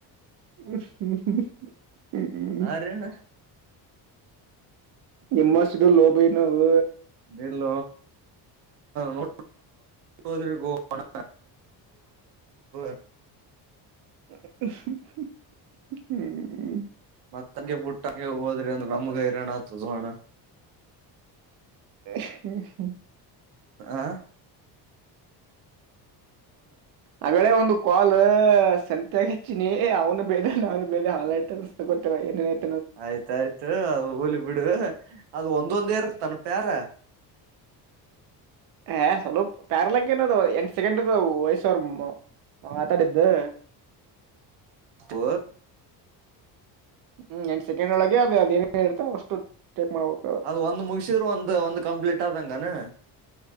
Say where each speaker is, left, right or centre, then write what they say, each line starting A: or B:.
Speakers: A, on the right (about 55°); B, on the right (about 80°).
A: ಹ್ಮ್ಮ ಹ್ಮ್
B: ಹಾ ರೀ ಅಣ್ಣ
A: ನಿಮ್ಮಸಿದ ಲೋಬಿ ನಾವು
B: ನಿಲ್ಲ ನೋ ಅಣ್ಣ <unintelligible> <unintelligible>
A: ಹ್ಮ್
B: ಮತ್ತಂಗೆ ಬುಟ್ಟಂಗೆ ಹೋದ್ರಿ ಅಂದ್ರ ನಮ್ಗ ಹೈರಣ ಆತದಹೋ ಅಣ್ಣ
A: ಹ್ಮ
B: ಆ
A: ಆವೇಳೇ ಒಂದು ಕಾಲ್ ಸಂತೆಗ ಹಚ್ಚಿನಿ ಅವ್ನು ಬೇದ ನಾನು ಬೇದ ಹಾಯ್ತ ಅನ್ಸತ ಗೊತ್ತ ಏನೇನ್ತ
B: ಆಯ್ತಾಯ್ತು ಅದ ಹೋಲಿ ಬಿಡು ಅದು ಒಂದೊಂದೇರ್ ತನ್ ಪ್ಯಾರ
A: ಹ ಸ್ವಲ್ಪ ಪಾರಲೆಕ್ಕನ ಅ ಎಂಟ್ ಸೆಕೆಂಡ್ ಅ ವಯಸ್ಸ ವರ್ಮ್ಮ ಮಾತಾಡಿದ್ದು
B: ಅಪ್ಪ
A: ಹ್ಮ್ ಎಂಟ ಸೆಕೆಂಡ ಒಳಗೆ ಅದು ಅದ ಏನೇನ್ ಇರ್ತ ಅಷ್ಟು ಟೈಪ್ ಮಾಡ್ಬೇಕು
B: ಅದ ಒಂದ್ ಮುಗಸಿದ್ರ ಒಂದ ಒಂದ್ ಕಂಪ್ಲೀಟ್ ಆದಂಗನ